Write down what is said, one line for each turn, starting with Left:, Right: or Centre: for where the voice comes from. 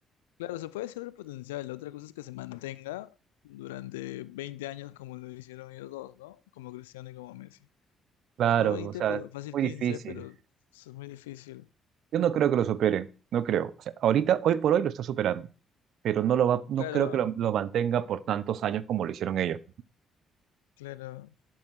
Left: Claro, se puede decir el potencial. La otra cosa es que se mantenga durante 20 años como lo hicieron ellos dos, ¿no? Como Cristiano y como Messi.
Right: Claro,
Left: No 20
Right: o sea,
Left: pero fácil
Right: es muy
Left: 15
Right: difícil.
Left: pero eso es muy difícil.
Right: Yo no creo que lo superen, no creo. O sea, ahorita, hoy por hoy lo está superando, pero no lo va, no
Left: Claro,
Right: creo que lo, lo mantenga por tantos años como lo hicieron ellos.
Left: claro.